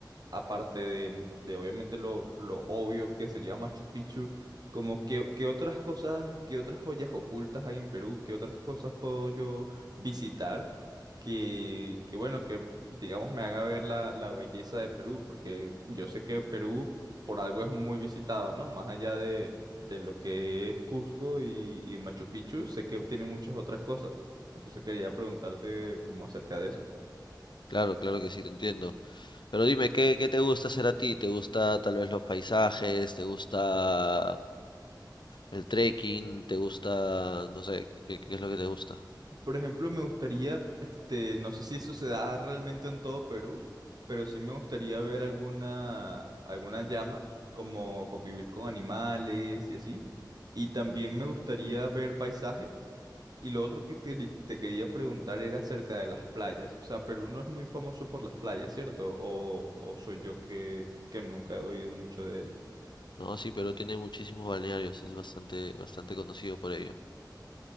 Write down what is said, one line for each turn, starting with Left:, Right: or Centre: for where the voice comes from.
Right: aparte de, de obviamente lo, lo obvio que sería Machu Picchu, como qué, qué otras cosas, qué otras joyas ocultas hay en Perú, qué otras cosas puedo yo visitar que, que bueno, que digamos me haga ver la, la belleza de Perú, porque yo sé que Perú por algo es muy visitado, ¿no? Más allá de, de lo que es Cusco y, y Machu Picchu, sé que tiene muchas otras cosas. Entonces quería preguntarte como acerca de eso.
Left: Claro, claro que sí, te entiendo. Pero dime, ¿qué, qué te gusta hacer a ti? ¿Te gusta tal vez los paisajes? ¿Te gusta el trekking? ¿Te gusta, no sé, qué, qué- qué es lo que te gusta?
Right: Por ejemplo, me gustaría, este, no sé si eso se da realmente en todo Perú, pero sí me gustaría ver alguna, alguna llama, como convivir con animales y así. Y también me gustaría ver paisajes. Y lo otro que te, te quería preguntar era acerca de las playas. O sea, Perú no es muy famoso por las playas, ¿cierto? O, o soy yo que, que nunca he oído mucho de ello.
Left: No, sí, Perú tiene muchísimos balnearios, es bastante, bastante conocido por ello.